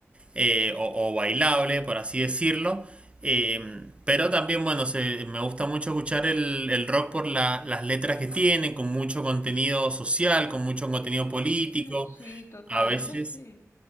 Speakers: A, on the right; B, on the left.
A: eh, o, o, bailable, por así decirlo. Eh, pero también, bueno, se, me gusta mucho escuchar el, el rock por la- las letras que tienen, con mucho contenido social, con mucho contenido político,
B: sí, total,
A: a veces,
B: eso sí.